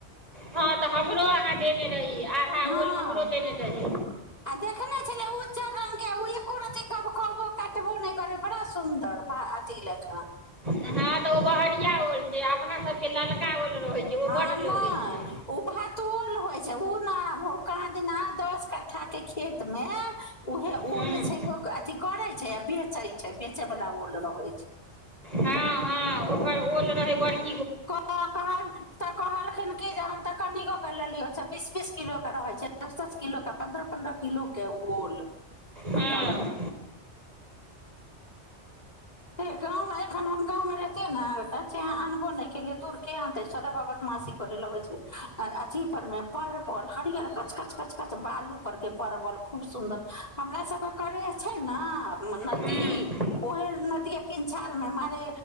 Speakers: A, on the right; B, on the left.
A: हँ तऽ हमरो अहाँ देने रही आधा
B: हँ
A: ओल हमरो देने रही
B: आ देखने छलै उ चार र्गके एको रबो काटबो नहि करै बड़ा सुन्दर अथी लए कऽ
A: हं तऽ ओ बहरिया ओल छै अपना सब के ललका ओल रहै छै ओ
B: हँ
A: बड्ड
B: नहि
A: लगै छै
B: ओ भातोल होइ छै ओ नहि कहाँ दिन आय दस कट्ठा के खेत मे उह ओल
A: हूँ
B: छै अथी करै छै आ बेचै छै बेचे बला ओल रहै छै
A: हँ हँ ओकर ओल रहै बढिया
B: कह तऽ कहलखिन कि जे हम तऽ कनि िय बीस बीस किलो के रहै छै दस दस किलो के पन्द्रह पन्द्रह किलो के ओ ओल
A: हँ
B: बड़का बड़का हे गाँवमे एखन हम गाँवमे रहितियै ने अहाँ अनबो नहि केलियै दूर के आनतै सरव बदमाशी करय लगै छै आ अथीपरमे परवल हरियर कच कच कच कच बालू पररके परवल खूब सुन्दर हमरा सभके करेह छै नए नदी
A: हूँ हूँ
B: ओह नदिये किनारमे मारे